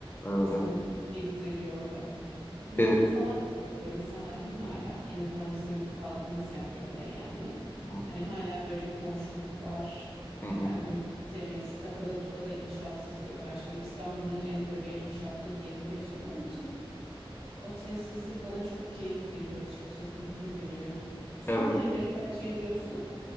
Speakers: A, on the left; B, on the right.
A: Evet
B: İnsanın
A: evet.
B: her şeyi düzeliyor orada. Gürültü
A: Evet.
B: falan da yok böyle sakin hala.
A: Hı hı.
B: En azından bizim kaldığımız yer öyle yani.
A: Hı hı.
B: Hani hala böyle bir komşuluk var.
A: Hı hı.
B: Efendim hava temiz, takada tukada inşaat sesi yok. Ben şimdi İstanbul'un en böyle inşaatlı bir yerinde yaşadığım için o sessizlik bana çok keyif veriyor açıkçası, huzur veriyor. Sen
A: Evet.
B: nereleri tercih ediyorsun?